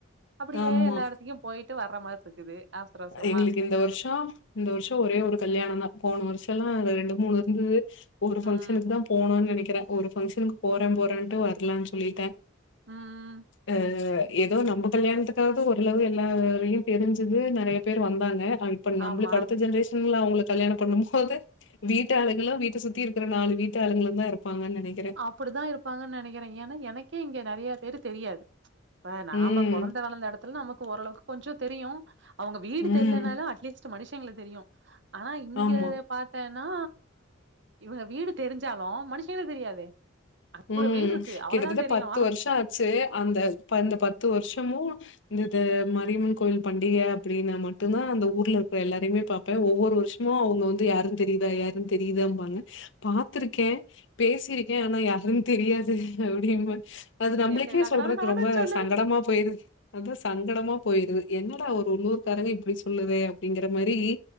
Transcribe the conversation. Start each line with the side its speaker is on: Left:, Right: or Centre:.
Right: அப்டியே
Left: ஆமா.
Right: எல்லா இடத்துக்கு போயிட்டு வர்ற மார் இருக்குது ஆவுஸ்ர அவுஸ்ரமா
Left: எங்களுக்கு இந்த வர்ஷோ இந்த வர்ஷோ ஒரே ஒரு கல்யாணந்தா போன வர்ஷலா ரெண்டு மூணு இருந்துது ஒரு ஃபங்க்ஷனுக்கு
Right: ம்
Left: தா போனோன் நனைக்கிற ஒரு பங்க்ஷனுக்கு போற போறான்ட்டு வர்லன் சொல்லிட்ட
Right: ம்
Left: அ ஏதோ நம்ப கல்யாணத்துக்காது ஓரளவு எல்லாரையு தெரிஞ்சது நறைய பேர் வந்தாங்க இப்ப நம்மளுக்கு
Right: ஆமா.
Left: அடுத்த ஜென்ரேஷ் ங்ள அவுங்கள கல்யாணம் பண்ணும் போது வீட்டு ஆளுங்களு வீட்ட சுத்தி இருக்கிற நாலு வீட்டு ஆளுங்களு தா இருப்பாங்கன் நனைக்
Right: அப்டித்தா இருப்பாங்கன் நனைக்கிற ஏன்னா எனக்கே இங்க நெறைய பேரு தெரியாது இப்ப நாம
Left: ம்
Right: பொறந்த வளர்ந்த எடத்துல நமக்கு ஓரளவுக்கு கொஞ்சோ தெரியு அவங்க வீடு
Left: ம்
Right: தெரியிலனாலு அட்லீஸ்ட் ச மனுஷங்கல தெரியு ஆனா இங்க
Left: ஆமா
Right: பாத்தேன்னா இவுங்க வீடு தெரிஞ்சாலு மனுஷங்களுக்கு தெரியாது அங்க
Left: ம்.
Right: ஒரு வீடு இருக்கு அவ்ளோதா
Left: கிட்டத்தட்ட
Right: தெரியு
Left: வருஷம் ஆச்சு. அந்த பந்த பத்து வருஷமும் இந்தது மாரியம்மன் கோயில் பண்டிகை அப்படினா மட்டுந்தான் அந்த ஊர்ல இருக்கற எல்லாரையுமே பா இப்ப ஒவ்வொரு வருஷமும் அவுங்க வந்து யாரும் தெரியுதா யாரும் தெரியுதான்பாங்க துருக்கே பேசிருக்கே ஆனா யாரு அதும் தெரியாது அப்டின்னு அது நம்பளுக்கே
Right: இதே டயலாக்
Left: சொல்றக்
Right: நானும் சொல்லுவேன்.
Left: ரொம்ப சங்கடமா போயிருது அதா சங்கடமா போயிருது என்னடா அவ ஒரு உள்ளூர்கக்காரங்க இப்பிடி சொ சொல்லுவே அப்பிடிங்கிற மாரி